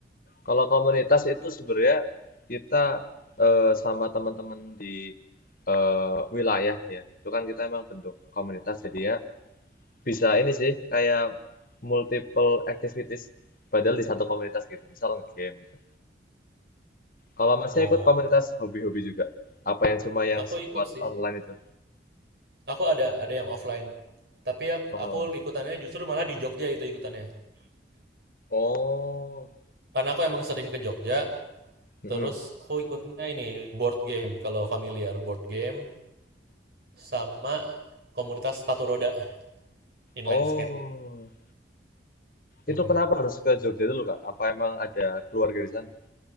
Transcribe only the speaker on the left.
Kalau komunitas itu sebenarnya kita eh, sama teman-teman di eh, wilayah ya. Itu kan kita emang bentuk komunitas jadi ya bisa ini sih kayak multiple activities padahal di satu komunitas gitu. Misal nge-game gitu. Kalau masih
ikut komunitas hobi-hobi juga. Apa yang cuma yang
sekuat
online itu?
Oh.
Oh.
Mm-mm.
Oh.
Itu kenapa harus ke Jogja dulu, Kak? Apa emang ada keluarga di sana?